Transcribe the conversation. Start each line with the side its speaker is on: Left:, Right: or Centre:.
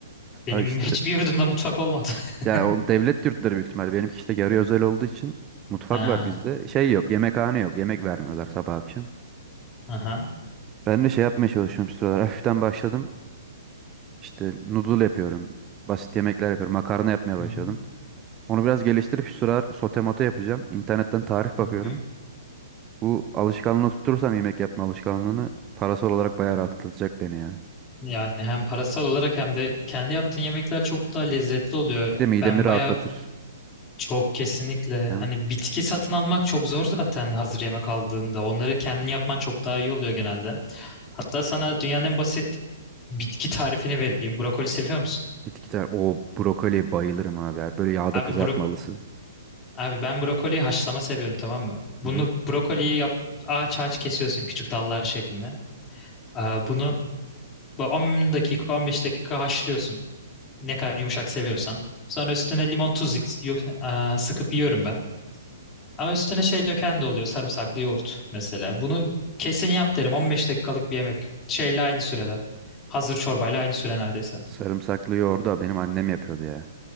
Left: Benim
Right: Ha işte
Left: <laughs> hiçbir yurdumda mutfak olmadı. <laughs>
Right: ya o devlet yurtları büyük ihtimalle. Benimki işte yarı özel olduğu için mutfak
Left: Ha,
Right: var bizde. Şey yok, yemekhane yok. Yemek vermiyorlar sabah akşam.
Left: aha.
Right: Ben de şey yapmaya çalışıyorum şu sıralar. Hafiften başladım. İşte noodle yapıyorum. Basit yemekler yapıyorum. Makarna yapmaya
Left: Hı
Right: başladım.
Left: hı.
Right: Onu biraz geliştirip şu sıralar sote mote yapacağım. İnternetten tarif
Left: Hı
Right: bakıyorum.
Left: hı.
Right: Bu alışkanlığını tutturursam yemek yapma alışkanlığını parasal olarak bayağı rahatlatacak beni ya.
Left: Yani hem parasal olarak hem de kendi yaptığın yemekler çok daha lezzetli oluyor.
Right: Bir de midemi
Left: Ben
Right: rahatlatır.
Left: bayağı çok kesinlikle
Right: Değil
Left: hani
Right: mi?
Left: bitki satın almak çok zor zaten hazır yemek aldığında. Onları kendin yapman çok daha iyi oluyor genelde. Hatta sana dünyanın en basit bitki tarifini vereyim. Brokoli seviyor musun?
Right: Bitkiler. O brokoli bayılırım abi ya. Böyle yağda
Left: Abi
Right: kızartmalısı.
Left: bro abi ben brokoliyi haşlama seviyorum tamam mı? Bunu
Right: Hı hı.
Left: brokoliyi yap ağaç ağaç kesiyorsun küçük dallar şeklinde. Aa, Bunu 10 dakika 15 dakika haşlıyorsun. Ne kadar yumuşak seviyorsan. Sonra üstüne limon tuz yık- yo- aa, sıkıp yiyorum ben. Ama üstüne şey döken de oluyor sarımsaklı yoğurt mesela. Bunu kesin yap derim 15 dakikalık bir yemek. Şeyle aynı sürede. Hazır çorbayla aynı süre neredeyse.
Right: Sarımsaklı yoğurdu da benim annem yapıyordu ya.